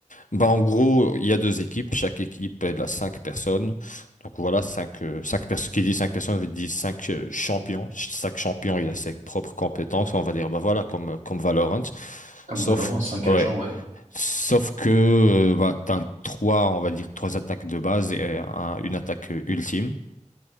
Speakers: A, on the left; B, on the right.
A: Bah, en gros, il y a deux équipes. Chaque équipe, elle a cinq personnes. Donc voilà, cinq, euh, cinq personnes. Qui dit cinq personnes, veut dire cinq euh, champions. Ch- Chaque champion, il a ses propres compétences. On va dire, bah voilà, comme, euh, comme Valorant.
B: Comme
A: Sauf,
B: Valorant, cinq
A: ouais.
B: agents, ouais.
A: Sauf que, euh, bah, t'as trois, on va dire, trois attaques de base et euh, un- une attaque euh, ultime.